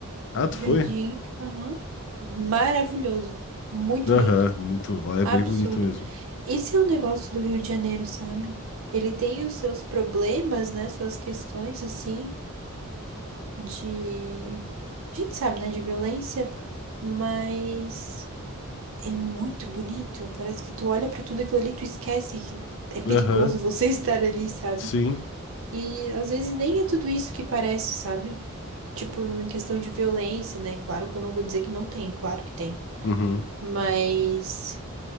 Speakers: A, on the left; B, on the right.
A: Ah, tu
B: Jardim,
A: foi?
B: aham. Maravilhoso, muito
A: Aham,
B: lindo,
A: muito, lá é
B: absurdo.
A: bem bonito mesmo.
B: Esse é o negócio do Rio de Janeiro, sabe? Ele tem os seus problemas, né? Suas questões, assim, de. A gente sabe, né? De violência, mas é muito bonito. Parece que tu olha pra tudo aquilo ali, tu esquece que é perigoso
A: Aham,
B: você <laughs> estar ali, sabe?
A: sim,
B: E às vezes nem é tudo isso que parece, sabe? Tipo, em questão de violência, né? Claro que eu não vou dizer que não tem, claro que tem.
A: uhum.
B: Mas.